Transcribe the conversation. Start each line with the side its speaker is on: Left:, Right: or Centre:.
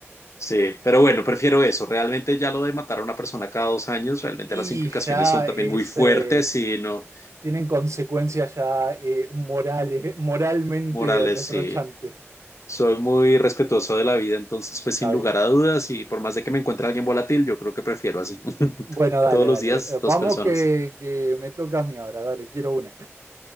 Left: Sí, pero bueno, prefiero eso. Realmente ya lo de matar a una persona cada dos años, realmente
Right: Y
Left: las implicaciones
Right: ya
Left: son también
Right: es,
Left: muy fuertes
Right: eh,
Left: y no
Right: tienen consecuencias ya eh, morales, moralmente
Left: morales,
Right: reprochantes.
Left: sí. Soy muy respetuoso de la vida, entonces pues
Right: Está
Left: sin lugar
Right: bien.
Left: a dudas y por más de que me encuentre alguien volátil, yo creo que prefiero así. <laughs>
Right: Bueno, dale,
Left: Todos los
Right: dale.
Left: días,
Right: Eh,
Left: dos
Right: Vamos
Left: personas.
Right: que, que me toca a mí ahora, dale, quiero una.